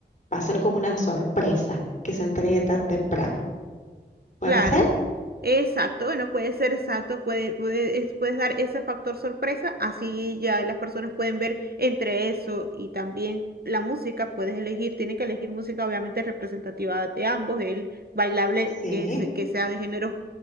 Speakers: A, on the left; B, on the right.
A: Va a ser como una sorpresa que se entregue tan temprano. ¿Puede
B: Claro,
A: ser?
B: exacto. Bueno, puede ser exacto, puede, puede, es- puedes dar ese factor sorpresa, así ya las personas pueden ver entre eso y también la música, puedes elegir, tiene que elegir música obviamente representativa de ambos, el bailable
A: Sí,
B: que, se- que sea de géneros